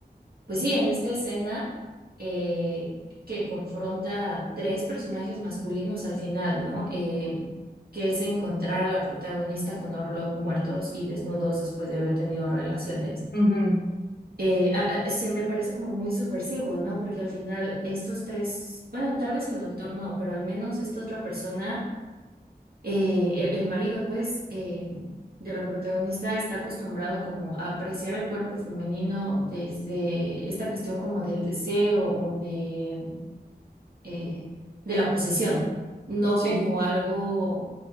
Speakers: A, on the right (about 60°); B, on the left (about 70°).
A: pues sí, en esta escena eh, que confronta a tres personajes masculinos al final, ¿no? Eh, que es encontrar a la protagonista con Orlok muertos y desnudos después de haber tenido relaciones
B: ujú, ujú,
A: eh, a- a- se me parece como muy subversivo, ¿no? Porque al final estos tres, bueno, tal vez el doctor no, pero al menos esta otra persona, eh, el, el marido, pues, eh, de la protagonista está acostumbrado como a apreciar el cuerpo femenino desde esta cuestión como del deseo o de eh, de la posesión, no
B: sí,
A: como algo